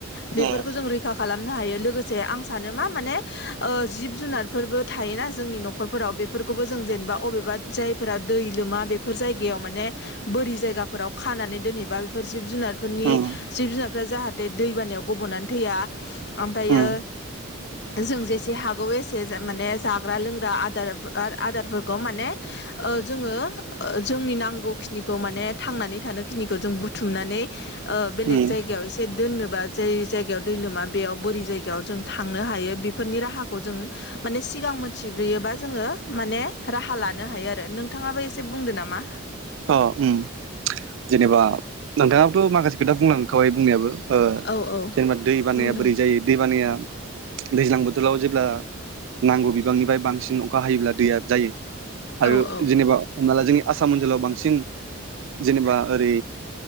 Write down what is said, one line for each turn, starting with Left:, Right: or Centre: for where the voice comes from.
Left: बेफोरखौ
Right: ओम।
Left: जों रैखा खालाम। नो हायो लोगोसे आं सानो मा-माने ओ जिब-जुनारफोरबो थायोना जोंनि न'खरफोराव बेफोर। खौबो जों जेन'बा अबेबा जायफोरा दै लोमा बेफोर जायगायाव माने बोरि जायगाफोराव खा। नानै दोनहैबा बेफोर जिब-जुनारफोरनि
Right: उम
Left: जिब-जुनारफ्रा जाहाते दैबानायाव गब'नानै थैया। ओमफायो।
Right: उम
Left: जों जेसे हागौ एसे माने जा-जाग्रा-लोंग्रा आदारफो-आदारफोरखौ माने। ओ जोङो ओ जोंनि नांगौखिनिखौ माने थांनानै थानोखिनिखौ जों बुथुमनानै। ओ बेलेग
Right: उम
Left: जायगायाव एसे दोननोबा जै। जायगायाव दै लोमा बेयाव बोरि जायगायाव जों थांनो हायो बेफोरनि राहाखौ जों माने सिगां मोनथि। दंग्रोयोबा जोङो माने राहा लानो हायो आरो नोंथाङाबो एसे बुंदो नामा।
Right: अ! उम जेनेबा नोंथाङाबोथ' माखासे खोथा बुंलांखाबाय बुंनायाबो। ओ
Left: औ औ
Right: जेनेबा दै बानाया
Left: बुंदों
Right: बोरै जायो दै बानाया। दैज्लां बोथोराव जेब्ला नांगौ बिबांनिफ्राय बांसिन अखा हायोब्ला दैया जायो। आरो
Left: औ औ
Right: जेनेबा हमना ला जोंनि आसाम ओनसोलाव बांसिन। जेनेबा ओरै